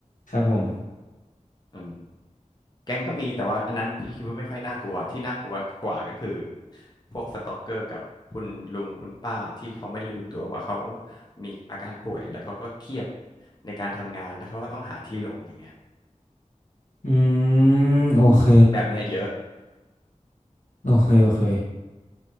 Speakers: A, on the left; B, on the left.
A: ครับผม
B: อืม แก๊งก็มีแต่ว่าอันนั้นพี่คิดว่าไม่ค่อยน่ากลัวที่น่ากลัวกว่าก็คือพวกสตอกเกอร์กับคุณลุงคุณป้าที่เขาไม่ได้รู้ตัวว่าเขามีอาการป่วยแล้วเขาก็เครียดในการทำงานแล้วเขาก็ต้องหาที่ลงอย่างเงี้ย
A: อืมโอเค
B: แบบเนี้ยเยอะ
A: โอเคโอเค